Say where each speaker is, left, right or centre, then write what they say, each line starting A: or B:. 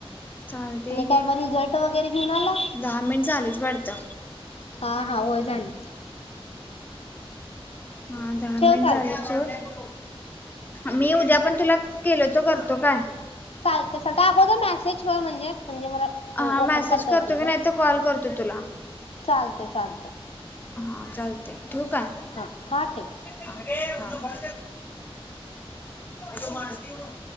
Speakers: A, on the left; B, on the left.
A: चालतय
B: काय
A: घे
B: मग रिझल्ट वगैरे घेऊन आला.
A: दहा मिनिट झालीच वाटतं.
B: हा हा हो झाले.
A: हा दहा मिनट
B: ठेव चालतंय
A: झाले च. मी उद्या पण तुला केलो तो करतो काय?
B: चालते चालते अगोदर मेसेज कर म्हणजे म्हणजे मला
A: हा
B: ओपन
A: मेसेज
B: करता
A: करतो
B: येते
A: की
B: ग
A: नाही तर कॉल करतो तुला
B: चालते चालते
A: हा चालते ठेवक आहे.
B: हा हा ठेव
A: ब ब तू माती ना.